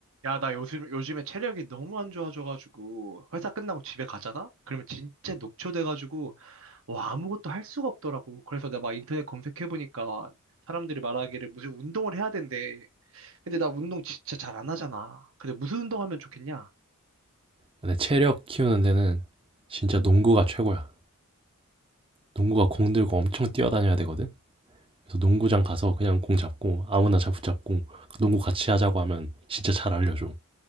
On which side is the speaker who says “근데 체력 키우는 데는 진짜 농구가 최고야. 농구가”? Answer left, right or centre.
Right